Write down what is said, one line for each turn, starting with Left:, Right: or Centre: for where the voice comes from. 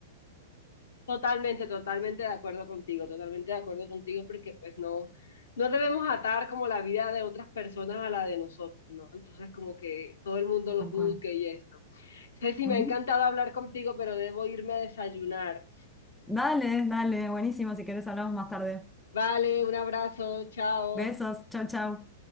Left: Totalmente, totalmente de acuerdo contigo, totalmente de acuerdo contigo, porque pues no, no debemos atar como la vida de otras personas a la de nosotros, ¿no? Entonces como que todo el mundo lo
Centre: Tal
Left: juzgue
Centre: cual.
Left: y esto. Ceci,
Centre: Ujú.
Left: me ha encantado hablar contigo, pero debo irme a desayunar.
Centre: Dale, dale, buenísimo. Si querés hablamos más tarde.
Left: Vale, un abrazo, chao.
Centre: Besos, chau, chau.